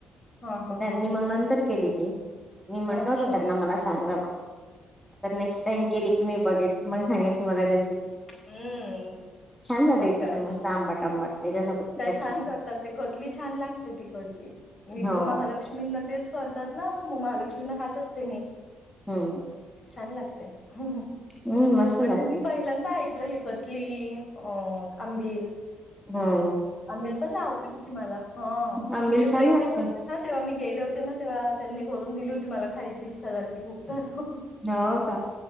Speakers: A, on the left (about 40°); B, in the centre.
A: हा हा
B: तर त्यांनी
A: हा
B: मग नंतर केली ती. मी म्हंटल
A: अच्छा.
B: होतं त्यांना, मला सांगा मग. आता नेक्स्ट टाइम गेली की मी बघेल मग सांगेन तुम्हाला रेसिपी.
A: हम्म.
B: छान झालेेण
A: मग काय
B: मस्त आंबाट आंबाट त्याच्यासोबत.
A: त्या
B: ती कचली
A: छान करतात, ते कतली छान लागते तिकडची. मी
B: हो
A: पण महालक्ष् लक्ष्मींना तेच कररतात ना महालक्ष्मींना खात असते मी
B: हम्म.
A: छान लागतंय. म्हणजे
B: हम्म मस्त लागते
A: मी पाहि लंयदा ऐकलंय हे कतली अ आंबिल.
B: हो.
A: अंबिल पण लय आवडती होती मला. हा
B: आंबिल
A: मी
B: छान
A: प्रेग्नेंट
B: लागते
A: होते हा तेव्हा मी गेले होते ना तेव्हा त्यांनी करून दिली होती मला खायची इच्छा झाली ती खूप तर.
B: हो का.